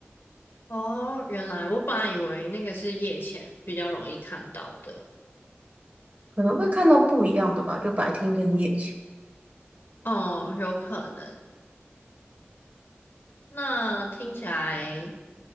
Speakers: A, on the left (about 60°); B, on the right (about 35°).
A: 哦，原来我本来以为那个是夜潜比较容易看到的。
B: 可能会看到不一样的吧，就白天跟夜间。
A: 哦，有可能。那听起来